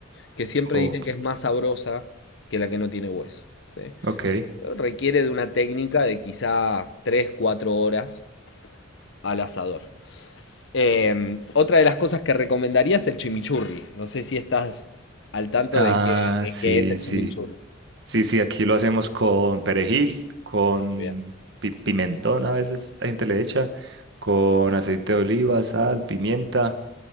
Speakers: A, on the left (about 65°); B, on the right (about 60°).
A: que siempre
B: o-
A: dicen que es más sabrosa que la que no tiene hueso. ¿sí?
B: ok.
A: Pero Requiere de una técnica de quizá 3 4 horas al asador. Eh, otra de las cosas que recomendaría es el chimichurri. No sé si estás al tanto
B: Ah,
A: de qué, de
B: sí,
A: qué es el
B: sí.
A: chimichurri.
B: Sí, sí, aquí lo hacemos con perejil, con
A: Bien.
B: pi- pimentón, a veces la gente le echa, con aceite de oliva, sal, pimienta